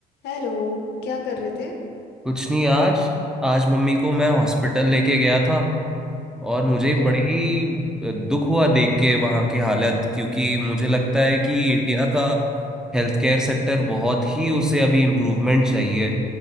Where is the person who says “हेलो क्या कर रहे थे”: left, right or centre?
Left